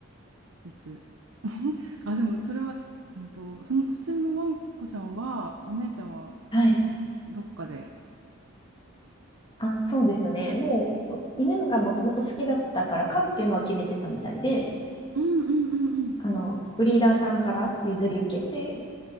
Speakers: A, on the right; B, on the left.
A: いつ <laughs> あ、でもそれは、うんと、その、そちらのワンコちゃんは、お姉ちゃんは
B: はい。
A: どっかで。
B: あ、そうですね。もう、犬がもともと好きだったから飼うっていうのは決めてたみたいで、
A: うんうんうんうん。
B: あの、ブリーダーさんから譲り受けて、